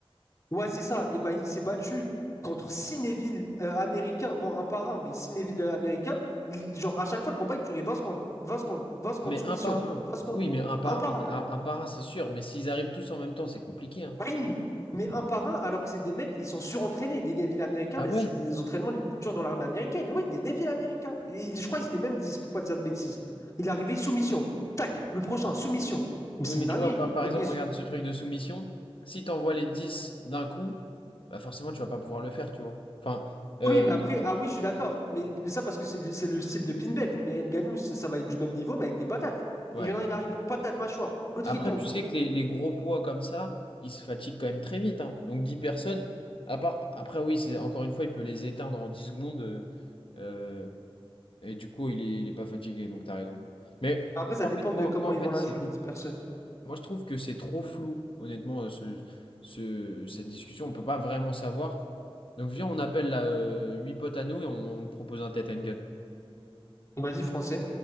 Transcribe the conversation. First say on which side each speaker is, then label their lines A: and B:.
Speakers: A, on the left (about 35°); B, on the left (about 65°).
A: Ouais, c'est ça. Et ben, il s'est battu contre six Neville euh, américains, bon, un par un, mais six Neville euh, américains. Il- genre, à chaque fois, le combat, il durait 20 secondes, 20 secondes, 20 secondes,
B: Mais
A: soumission,
B: un par un.
A: 20 secondes,
B: Oui, mais un par
A: un par
B: un.
A: un,
B: Ah, Un par un, c'est sûr. Mais s'ils arrivent tous en même temps, c'est compliqué. hein.
A: Oui, mais un par un, alors que c'est des mecs, ils sont surentraînés. Des Navy américains,
B: Ah
A: là,
B: ouais?
A: c'est des entraînements les plus durs dans l'armée américaine. Oui, des Navy américains. Et- je crois qu'ils étaient même 10, pour pas dire de bêtises. Il est arrivé soumission. Tac, le prochain, soumission. Mais
B: Oui,
A: c'est
B: mais
A: une dinguerie.
B: tu vois, par, par
A: Donc,
B: exemple,
A: et-
B: regarde ce truc de soumission. Si t'envoies les 10 d'un coup, bah forcément, tu vas pas pouvoir le faire, tu vois. Enfin, euh,
A: oui, mais après, ah oui, je suis d'accord. Mais, mais ça, parce que c'est le c'est le style de Pinbet. Mais Ngannou, ça, ça va être du même niveau, mais avec des patates.
B: ouais.
A: Et Il y en a un, il arrive, patate, mâchoire. L'autre,
B: Après,
A: il tombe.
B: tu sais que les, les gros poids comme ça, ils se fatiguent quand même très vite. hein. Donc 10 personnes, à part, après oui, c'est encore une fois, il peut les éteindre en 10 secondes. euh, euh, et du coup, il est, il est pas fatigué, donc t'as raison. Mais
A: Après,
B: moi,
A: ça
B: en
A: dépend
B: fait,
A: de
B: moi-
A: comment
B: moi, en
A: ils
B: fait,
A: vont la
B: c'est,
A: jouer, les 10 personnes.
B: moi, je trouve que c'est trop flou, honnêtement, euh, ce, ce- cette discussion. On peut pas vraiment savoir. Donc viens, on appelle là, 8 potes à nous et on, on propose un tête à
A: Donc, Vas-y, français.